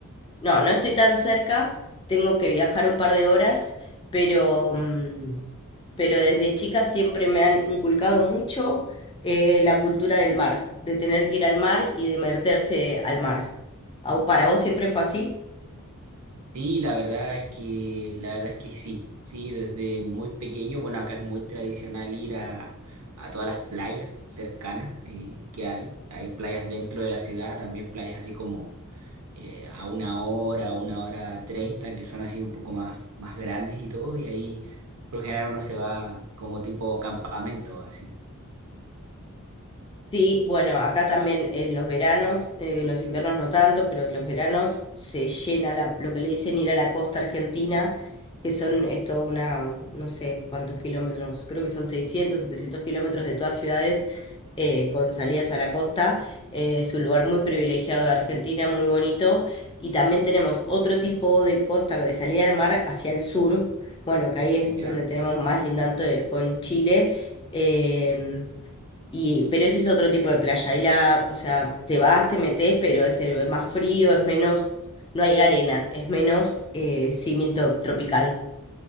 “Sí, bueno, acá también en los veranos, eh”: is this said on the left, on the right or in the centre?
Left